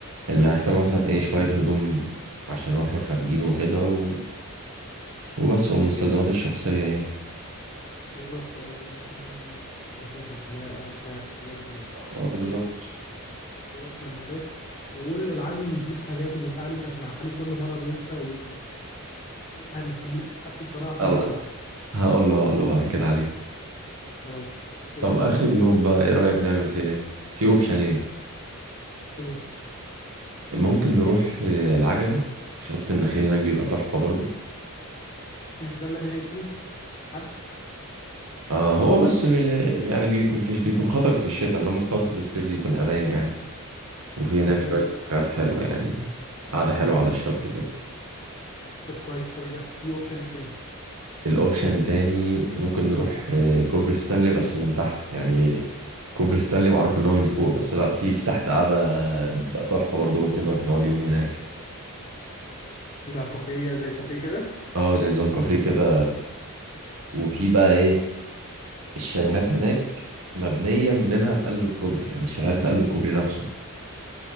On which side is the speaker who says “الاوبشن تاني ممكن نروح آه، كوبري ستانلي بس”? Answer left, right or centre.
Right